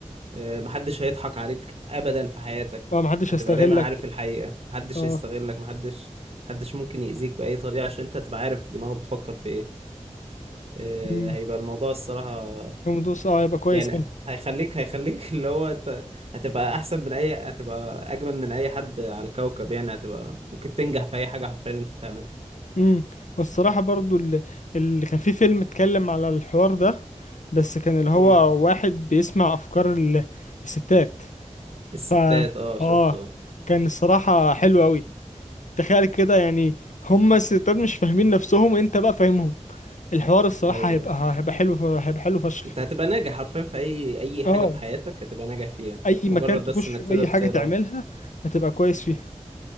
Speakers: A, on the right; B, on the left.
A: آه، محدش هيضحك عليك ابدا في حياتك
B: اه محدش
A: هتبقى
B: هيستغلك
A: دايما عارف الحقيقة محدش
B: اه
A: هيستغلك محدش محدش ممكن يأذيك بأي طريقة عشان انت تبقى عارف دماغه بتفكر في ايه آه،
B: امم
A: هيبقى الموضوع الصراحة
B: الموضوع اه هيبقى كويس
A: يعني
B: كان
A: هيخليك هيخليك <laughs> اللي هو انت هتبقى احسن من اي هتبقى اجمل من اي حد على الكوكب يعني هتبقى ممكن تنجح في اي حاجه حرفيا انت تعملها
B: امم والصراحه برضو اللي, اللي كان في فيلم اتكلم على الحوار ده بس كان اللي هو
A: امم
B: واحد بيسمع افكار ال- الستات ف
A: الستات اه شفته
B: اه
A: اه.
B: كان الصراحه حلو قوي تخيل كده يعني هما الستات مش فاهمين نفسهم انت بقى فاهمهم الحوار الصراحة
A: ايوه
B: هيبقى هيبقى حلو ف- هيبقى حلو فشخ
A: انت هتبقى ناجح حرفيا في اي اي
B: اه
A: حاجه في حياتك هتبقى ناجح فيها
B: اي مكان
A: مجرد
B: تخش
A: بس انك
B: اي
A: تقدر
B: حاجة
A: تقرا
B: تعملها هتبقى كويس فيها